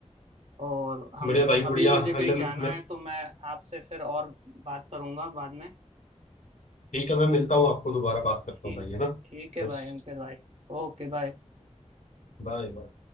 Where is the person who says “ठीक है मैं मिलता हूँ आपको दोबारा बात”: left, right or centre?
Left